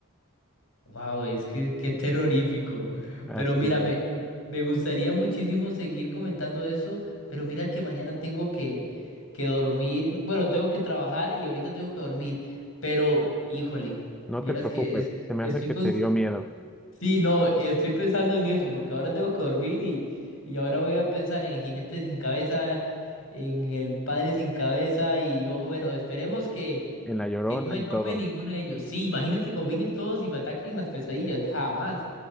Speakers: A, on the left (about 65°); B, in the centre.
A: Wow, es que qué terrorífico. <laughs>
B: Así,
A: Pero mira, me, m- me gustaría muchísimo seguir comentando eso, pero mira que mañana tengo que, que dormir, bueno, tengo que trabajar y ahorita tengo que dormir, pero híjole,
B: no
A: vieras
B: te preocupes,
A: que es-
B: se me
A: estoy
B: hace que
A: con...
B: te dio miedo
A: Sí, no, estoy pensando en eso, porque ahora tengo que dormir y, y ahora voy a pensar en Jinete sin cabeza, en el Padre sin cabeza y ojo, bueno, esperemos que,
B: <laughs> en La Llorona
A: que no me
B: y
A: tope
B: todo.
A: ninguno de ellos. Sí, imagínense que combinen todos y me ataquen en las pesadillas, jamás.